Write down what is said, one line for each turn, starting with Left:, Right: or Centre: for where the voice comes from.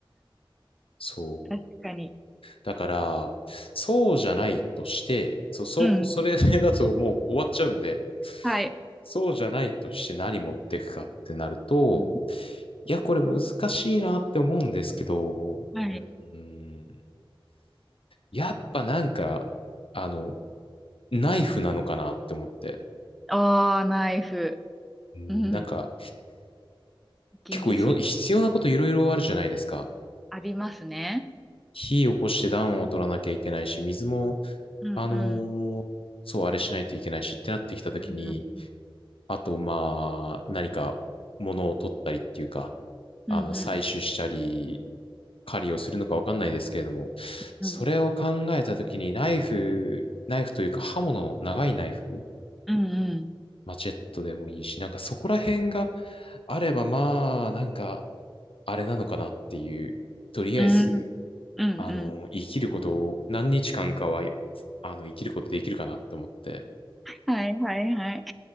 Left: そう。
Centre: 確かに。
Left: だから、そうじゃないとして、そう、そう、
Centre: うん。うん
Left: それだともう終わっちゃうんで、
Centre: はい。
Left: そうじゃないとして何持ってくかってなると、
Centre: うん
Left: いや、これ難しいなって思うんですけど、
Centre: はい。
Left: うーん、やっぱなんか、あの、ナイフなのかなって思って、
Centre: ああ、ナイフ。
Left: なんか、
Centre: うん。現実的。
Left: 結構いろ、必要なこといろいろあるじゃないですか。
Centre: ありますね。
Left: 火起こして暖を取らなきゃいけないし、水も、
Centre: うん、
Left: あの
Centre: うん。
Left: ーそう、あれしないといけないしってなってきたときに、
Centre: うん、
Left: あと、まあ、何か物を取ったりっていうか、
Centre: うん、
Left: あの、
Centre: うん。
Left: 採取したり、狩りをするのかわかんないですけれども、それを考えたときに、
Centre: うん、
Left: ナイフ、ナイフというか刃物、長いナイフ、
Centre: うん。
Left: マチェットでもいいし、なんかそこら辺があれば、まあ、なんか、あれなのかなっていう、とりあえず、
Centre: うん、うん。うんうん
Left: あの、生きることを何日間かは、あの、生きることできるかなって思って、
Centre: はいはいはい。